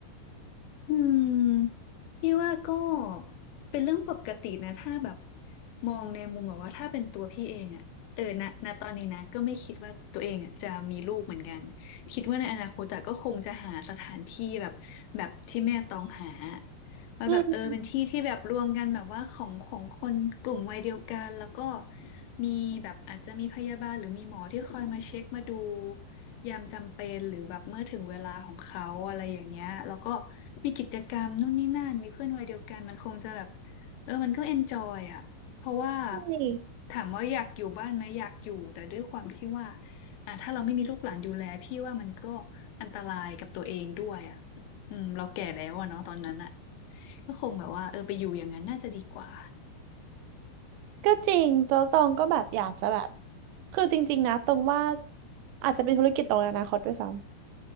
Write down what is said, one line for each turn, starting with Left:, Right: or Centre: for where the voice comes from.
Left: อืมพี่ว่าก็เป็นเรื่องปกตินะถ้าแบบมองในมุมแบบว่าถ้าเป็นตัวพี่เองอะเออณณตอนนี้นะก็ไม่คิดว่าตัวเองอะจะมีลูกเหมือนกันคิดว่าในอนาคตอะก็คงจะหาสถานที่แบบแบบที่แม่ต้องหา ว่าแบบเออเป็นที่ที่แบบรวมกันแบบว่าของของคนกลุ่มวัยเดียวกันแล้วก็
Right: อืม
Left: มีแบบอาจจะมีพยาบาลหรือมีหมอที่คอยมาเช็คมาดูยามจำเป็นหรือแบบเมื่อถึงเวลาของเขาอะไรอย่างเงี้ยแล้วก็มีกิจกรรมนู่นนี่นั่นมีเพื่อนวัยเดียวกันมันคงจะแบบเออมันก็เอนจอยอ่ะเพราะว่า
Right: ใช่
Left: ถามว่าอยากอยู่บ้านไหมอยากอยู่แต่ด้วยความที่ว่าอ่ะถ้าเราไม่มีลูกหลานดูแลพี่ว่ามันก็อันตรายกับตัวเองด้วยอ่ะ อืมเราแก่แล้วอะเนาะตอนนั้นอะก็คงแบบว่าเออไปอยู่อย่างนั้นน่าจะดีกว่า
Right: ก็จริงตัวตองก็แบบอยากจะแบบคือจริงๆนะตรงว่าอาจจะเป็นธุรกิจตรงในอนาคตด้วยซ้ำ